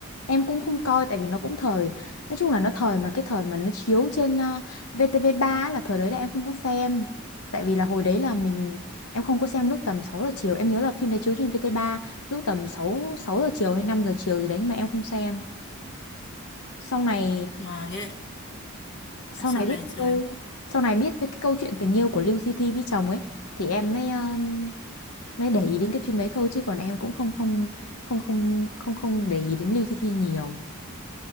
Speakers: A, on the left; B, on the left.
A: Em cũng không coi tại vì nó cũng thời Nói chung là nó thời mà cái thời mà nó chiếu trên ờ, VTV3 là thời đấy là em không có xem Tại vì là hồi đấy là mình Em không có xem lúc tầm 6 giờ chiều Em nhớ là phim đấy chiếu trên VTV3 Lúc tầm 6 6 giờ chiều hay 5 giờ chiều gì đấy Nhưng mà em không xem Sau này
B: Mà nghe
A: sau
B: sau
A: này biết
B: này sao
A: câu
B: em?
A: Sau này biết với cái câu chuyện tình yêu của Lưu Di Thi với chồng ấy Thì em mới um, mới để ý đến cái phim đấy thôi Chứ còn em cũng không không không không không không để ý đến Lưu Di Thi nhiều